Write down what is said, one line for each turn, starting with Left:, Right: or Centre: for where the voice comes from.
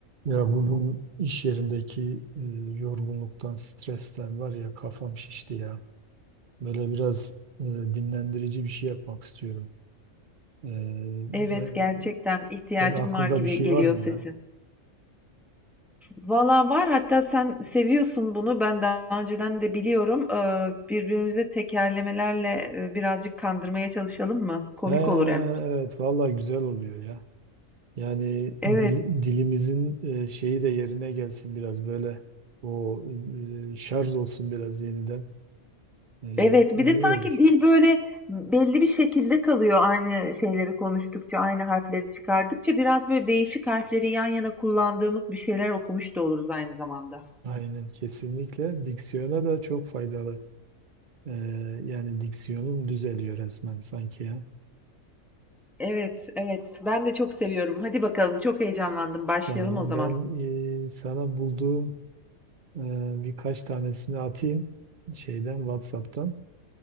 Right: Ya bugün iş yerindeki e, yorgunluktan, stresten var ya kafam şişti ya. Böyle biraz e, dinlendirici bir şey yapmak istiyorum. E,
Centre: Evet
Right: ben
Centre: gerçekten ihtiyacım
Right: senin aklında
Centre: var gibi
Right: bir şey
Centre: geliyor
Right: var mı
Centre: sesin.
Right: ya?
Centre: Valla var hatta sen seviyorsun bunu ben daha önceden de biliyorum. Ee, birbirimizi tekerlemelerle e, birazcık kandırmaya çalışalım mı? Komik
Right: He,
Centre: olur hem.
Right: evet vallahi güzel oluyor ya. Yani
Centre: Evet.
Right: dil- dilimizin e, şeyi de yerine gelsin biraz böyle. O e, şarj olsun biraz yeniden. E,
Centre: Evet
Right: iyi
Centre: bir de sanki
Right: olur.
Centre: dil böyle belli bir şekilde kalıyor aynı şeyleri konuştukça aynı harfleri çıkardıkça biraz böyle değişik harfleri yan yana kullandığımız bir şeyler okumuş da oluruz aynı zamanda.
Right: Aynen kesinlikle. Diksiyona da çok faydalı. Ee, yani diksiyonum düzeliyor resmen sanki ya.
Centre: Evet evet ben de çok seviyorum. Hadi bakalım çok heyecanlandım başlayalım
Right: Tamam
Centre: o zaman.
Right: ben e, sana bulduğum e, birkaç tanesini atayım şeyden WhatsApp'tan.